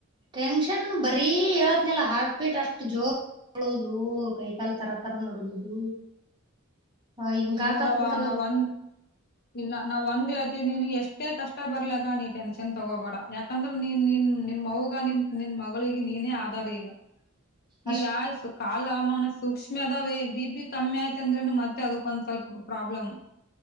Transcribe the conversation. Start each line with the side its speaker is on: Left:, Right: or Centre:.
Right: ಟೆನ್ಷನ್ ಬರ ಹೇಳತ್ನಲ್ಲ ಹಾರಟ್ ಬೀಟ್ ಅಷ್ಟು ಜೋರ್ ಳೋದು ಕೈಕಾಲ್ ತರ ತರ ನಡ್ಗೋುದು ಹ ಇಂಗಾ
Left: ನೋಡವ
Right: ಕಾತ್ತು ಬಿಟ್ಟ
Left: ನಾವ್ ಒಂದ್ ಇಲ್ಲ ನಾವವು ಒಂದ್ ಹೇಳ್ತನ ನೀ ಎಷ್ಟೇ ಕಷ್ಟ ಬರ್ಲಕ್ಕ ನೀ ಟೆನ್ಷನ್ ತಗೋಬೇಡ ಯಾಕ ಯಾಕಂದ್ರೆ ನೀನ್ ನಿನ್ ನಿಮ್ಮವಗ ನಿನ್ ನಿನ್ ಮಗಳಿಗೆ ನೀನೇ ಆಧಾರ್ ಈಗ
Right: ಅಷ್ಟ
Left: ಈಗ್ ಆಯಸ್ಸು ಕಾಲಮಾನು ಸೂಕ್ಷ್ ಕಮ್ಮಿ ಅದಾವೆ ಬಿ ಪಿ ಕಮ್ಮಿ ಆಯ್ತ್ ಅಂದ್ರೆನು ಮತ್ತೆ ಅದಕ್ಕೊಂದ್ ಸ್ವಲ್ಪ ಪ್ರಾಬ್ಲಮ್.